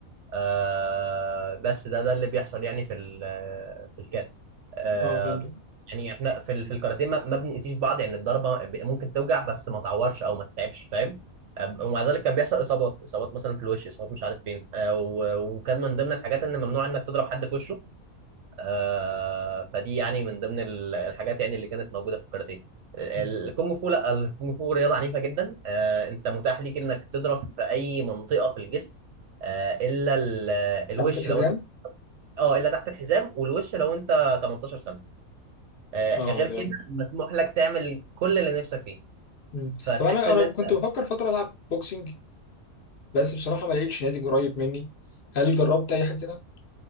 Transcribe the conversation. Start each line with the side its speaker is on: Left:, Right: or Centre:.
Right: آه بس ده ده اللي بيحصل يعني في ال- في الكاتا آه
Left: اه فهمت
Right: يعني احنا في ال- في الكاراتيه ما ما بنأذيش بعض يعني الضربه ب- ممكن توجع بس ما تعورش او ما تتعبش فاهم آه، ومع ذلك كان بيحصل اصابات اصابات مثلا في الوش اصابات مش عارف فين آه و- وكان من ضمن الحاجات ان ممنوع انك تضرب حد في وشه آه فدي يعني من ضمن ال- الحاجات يعني اللي كانت موجوده في الكاراتيه ال-
Left: مم.
Right: الكونج فو لا الكونج فو رياضه عنيفه جدا آه انت متاح ليك انك تضرب في اي منطقه في الجسم آه الا ال- الوش
Left: تحت الحزام
Right: لو انت اه الا تحت الحزام والوش لو انت 18 سنه آه
Left: اه
Right: غير
Left: ده
Right: كده مسموح لك تعمل كل اللي نفسك فيه
Left: مم.
Right: فتحس
Left: طب انا
Right: ان
Left: انا
Right: انت
Left: كنت بفكر فتره العب بوكسنج بس بصراحه ما لقيتش نادي قريب مني هل جربت اي حاجه كده